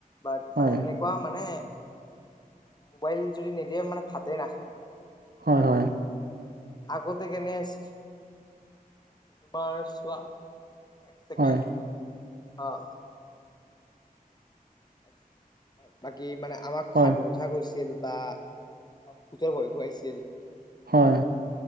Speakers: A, on the left; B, on the right.
A: বাট
B: হয়
A: মানে এনে মানে মোবাইল যদি নিদিয়ে মানে ভাতেই নাখায়।
B: হয়, হয়।
A: আগতে কেনে আছিল তোমাৰ চোৱা। এক চেকেণ্ড
B: হয়
A: হা অ'। এক ছেকেণ্ড বাকী মানে আমাক
B: হয়
A: সাধু কথা কৈছিল বা ভোতৰ ভয় খুৱাইছিল।
B: হয়।